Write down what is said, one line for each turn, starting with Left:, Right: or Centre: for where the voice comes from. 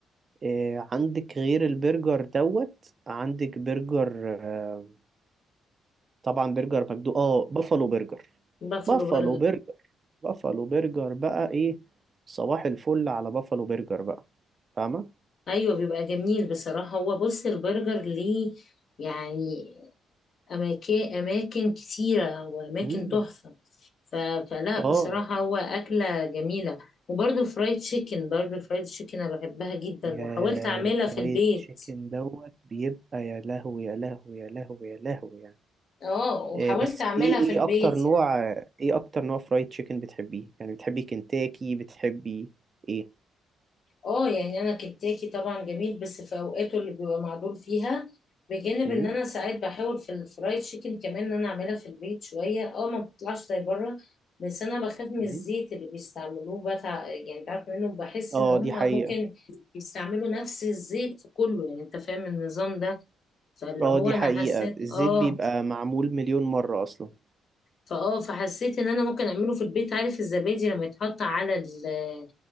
Right: إيه عندك غير البرجر دوت عندك برجر آه، طبعا برجر مجدو اه بافالو برجر
Left: بافلو
Right: بافالو
Left: برجر
Right: برجر بافالو برجر بقى ايه صباح الفل على بافالو برجر بقى فاهمة
Left: ايوه بيبقى جميل بصراحه هو بص البرجر ليه يعني اماكن اماكن كتيره واماكن
Right: امم
Left: تحفه ف... فلا
Right: اه
Left: بصراحه هو اكله جميله وبرضه فرايد تشيكن برضه فرايد تشيكن انا بحبها جدا
Right: يا
Left: وحاولت اعملها
Right: الفرايد
Left: في البيت
Right: تشيكن دوت بيبقى يا لهوي يا لهوي يا لهوي يا لهوي يعني.
Left: اه وحاولت
Right: آه، بس
Left: اعملها
Right: ايه ايه
Left: في البيت
Right: اكتر نوع
Left: يعني.
Right: ايه اكتر نوع فرايد تشيكن بتحبيه يعني بتحبي كنتاكي بتحبي ايه
Left: اه يعني انا كنتاكي طبعا جميل بس في اوقاته اللي بيبقى معدول فيها بجانب
Right: امم
Left: ان انا ساعات بحاول في الفرايد تشيكن كمان ان انا اعملها في البيت شويه اه ما بتطلعش زي بره بس انا بخاف من
Right: امم
Left: الزيت اللي بيستعملوه بتاع يعني انت عارف منه بحس
Right: اه
Left: ان هم
Right: دي حقيقة
Left: ممكن يستعملوا نفس الزيت في كله يعني انت فاهم النظام ده فاللي
Right: اه
Left: هو
Right: دي
Left: انا
Right: حقيقة
Left: حسيت
Right: الزيت
Left: اه
Right: بيبقى معمول مليون مرة اصلا
Left: فاه فحسيت ان انا ممكن اعمله في البيت عارف الزبادي لما يتحط على ال